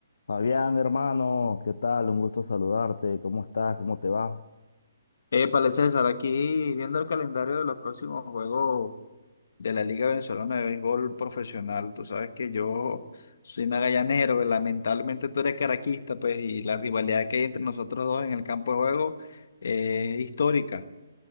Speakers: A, on the left; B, on the left.
A: Fabián, hermano, ¿qué tal? Un gusto saludarte. ¿Cómo estás? ¿Cómo te va? <laughs>
B: Épale, César, aquí viendo el calendario de los próximos juegos de la Liga Venezolana de Béisbol Profesional. Tú sabes que yo soy magallanero, pero lamentablemente tú eres caraquista, pues, y la rivalidad que hay entre nosotros dos en el campo de juego eh, es histórica.